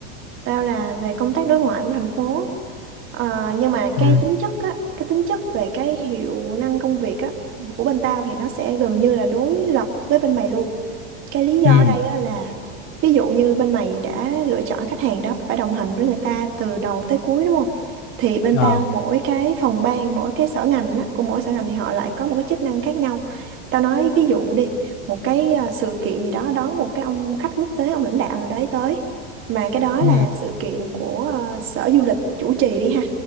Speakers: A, on the right; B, on the left.
A: Tao là về công tác đối ngoại của thành phố. Ờ, nhưng mà cái
B: ừ
A: tính chất á, cái tính chất về cái hiệu năng công việc á của bên tao thì nó sẽ gần như là đối lập với bên mày luôn cái lý do
B: ừ
A: ở đây á là ví dụ như bên mày đã lựa chọn khách hàng đó phải đồng hành với người ta từ đầu tới cuối đúng không thì bên
B: ờ
A: tao mỗi cái phòng ban mỗi cái sở ngành á, của mỗi sở ngành thì họ lại có một cái chức năng khác nhau tao nói ví dụ đi một cái à, sự kiện gì đó đón một cái ông khách quốc tế ông lãnh đạo nào đấy tới mà cái đó
B: ừ
A: là sự kiện của à, sở du lịch chủ trì đi ha